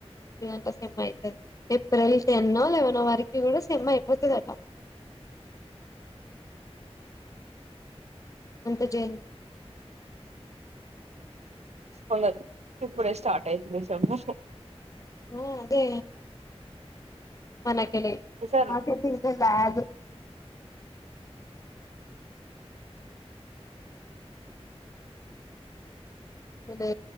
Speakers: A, on the left; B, on the right.
A: ఇదంతా సమ్మ అవుతుంది ఏప్రిల్ టెన్ో లెవెన్ వరకు కూడా సమ్ అయిపోతుందట అంత జయన్వి.
B: కొందర్ ఇప్పుడే స్టార్ట్ అయితుంది సెమ్ము
A: ఊ అదే. మనకె లె
B: సరే
A: మా కైతే ఇంకా ల్యాగ్ లే